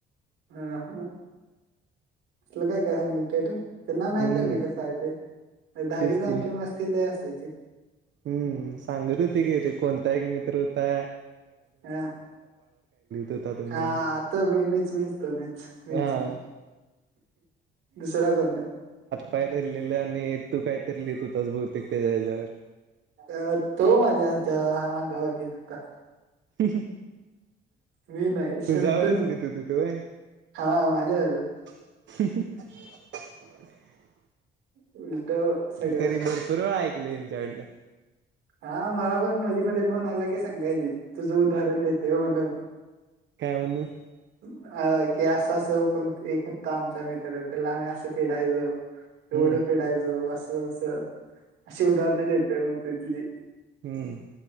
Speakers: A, on the right; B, on the right.
A: हा हा असल काय काय सांगून ठेवलंय. त्यांना माहिती
B: हम्म
A: हाय मी कसा हाय ते दहावीत
B: तेच की
A: आमची मस्ती लई असा <inaudible>
B: हम्म सांगत होते की ते कोणता एक मित्र हुता.
A: हां
B: होता तुम्ही
A: हां तो मी मीच मीच तो मीच मीच
B: हा
A: मीच दुसरा कोण नाइ.
B: पाय धरलेलं आणि तू काय तर लिहत हुतास भव तेेच्या हेज्यावर ते.
A: अ तो माझ्या त्या अंगावर लित होता.
B: <inaudible>
A: मी नाही
B: तुझ्यावरच
A: शंतनु
B: लिहित होती तू व्हय
A: हां माझ्यावर.
B: <inaudible>
A: उलट सगळं
B: तरी भरपूर वेळा ऐक लय हेच्याकडण
A: हा मला पण मधी मधी फोन आला की सांगायचीत. तुझं उदाहरण देतोय म्हणून.
B: काय म्हणून?
A: अ की असं असं कोण एक हुत्ता आमचा मित्र त्याला आम्ही असं पिडायचो. एवढं
B: हम्म
A: पिडायचो असं असं अशी उदाहरणं देतोय म्हणतोय तुझी.
B: हम्म.